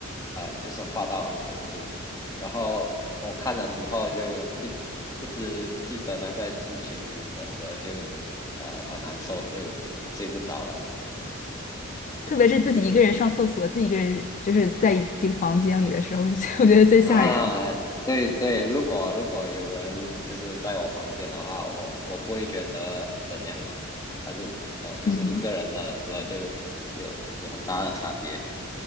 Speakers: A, on the left; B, on the left.
A: 啊呃就是画到很恐怖，然后我看了之后就一一直记得那个剧情的时候就呃很难受，就睡不着了。<laughs>
B: <laughs> 特别是自己一个人上厕所，
A: 嗯
B: 自己一个人就是在一个房间里的时候，是最 <laughs> 我觉得最吓人的。
A: 啊，对对，如果如果有人就是在我房间的话，我我不会觉得怎样了，但是呃就是一个人的时候就有有很大的差别。
B: 嗯，